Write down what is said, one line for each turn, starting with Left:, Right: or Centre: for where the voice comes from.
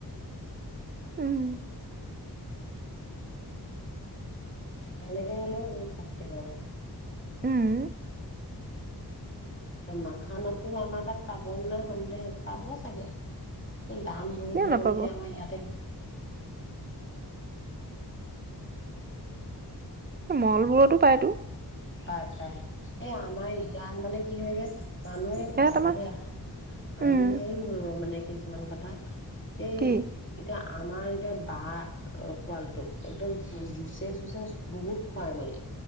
Right: উম।
Left: তেনেকে হ'লেও বহুত শক্তি পাব।
Right: উম।
Left: মাখানাটো আমাৰ তাত পাব নে নাই, সন্দেহ পাব চাগে। দাম বহুত
Right: কিয়
Left: ল'ব
Right: নাপাব?
Left: নেকি আমাৰ ইয়াতে <unintelligible>
Right: ম'লবোৰতো পায়টো
Left: পায়, পায় এই আমাৰ ইয়াত মানে কি হয় যে মানুহে
Right: ইয়াত
Left: পাগল
Right: আমাৰ
Left: হয়, হাঁহি
Right: উম,
Left: হাঁহি মৰিব মানে কিছুমান কথা এই
Right: কি?
Left: এতিয়া আমাৰ এতিয়া বা পোৱালিটোক, একদম জুচে চুচে বহুত খুৱাই মানে।